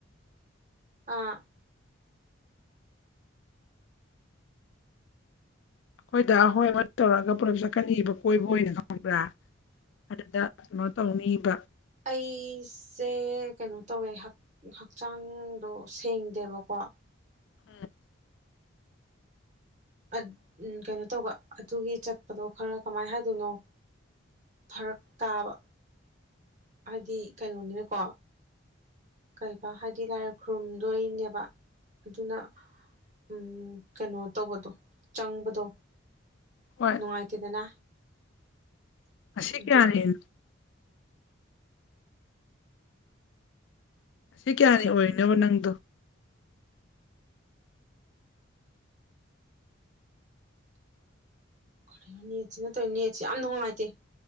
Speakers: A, on the right (about 35°); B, on the left (about 60°).
A: ꯑ
B: ꯑꯩꯈꯣꯏꯗ ꯍꯣꯏ ꯃꯣꯏ ꯇꯧꯔꯒ ꯄꯨꯜꯂꯞ ꯆꯠꯀꯅꯤꯕ ꯀꯣꯏꯕ ꯑꯣꯏꯅ ꯈꯪꯕ꯭ꯔꯥ ꯑꯗꯨꯗ <unintelligible> ꯇꯧꯅꯤꯕ
A: ꯑꯩꯁꯦ ꯀꯩꯅꯣ ꯇꯧꯋꯦ ꯍꯛ ꯍꯛꯆꯥꯡꯗꯣ ꯁꯦꯡꯗꯦꯕꯀꯣ
B: <unintelligible>
A: <unintelligible> ꯀꯩꯅꯣ ꯇꯧꯕ ꯑꯗꯨꯒꯤ ꯆꯠꯄꯗꯣ ꯈꯔ ꯀꯃꯥꯏꯅ ꯍꯥꯏꯗꯣꯏꯅꯣ ꯐꯔꯛ ꯇꯥꯕ ꯍꯥꯏꯗꯤ ꯀꯩꯅꯣꯅꯤꯅꯀꯣ ꯀꯩꯕ ꯍꯥꯏꯗꯤ ꯂꯥꯏ ꯈꯨꯔꯨꯝꯗꯣꯏꯅꯦꯕ ꯑꯗꯨꯅ ꯎꯝ ꯀꯩꯅꯣ ꯇꯧꯕꯗꯣ ꯆꯪꯕꯗꯣ
B: ꯍꯣꯏ
A: ꯅꯨꯡꯉꯥꯏꯇꯦꯗꯅ
B: ꯉꯁꯤ
A: ꯑꯗꯨꯒꯤ
B: ꯀꯌꯥꯅꯤꯅꯣ ꯉꯁꯤ ꯀꯌꯥꯅꯤ ꯑꯣꯏꯔꯤꯅꯣꯕ ꯅꯪꯗꯣ
A: ꯀꯩꯅꯣ ꯅꯦꯠꯁꯤꯅ ꯇꯣꯏ ꯅꯦꯠꯁꯦ ꯌꯥꯝ ꯅꯨꯡꯉꯥꯏꯇꯦ